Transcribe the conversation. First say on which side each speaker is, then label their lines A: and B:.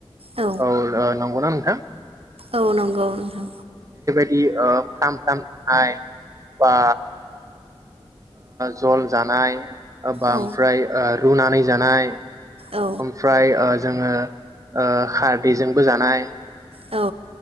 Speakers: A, on the right (about 70°); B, on the right (about 35°).
A: औ
B: औ नांगौना नोंथां
A: औ नंगौ नंगौ
B: फाम फाम थानाय बा जल जानाय बा
A: औ
B: ओमफ्राय रुनानै जानाय
A: औ
B: ओमफ्राय जोङो खारदैजों बो जानाय
A: औ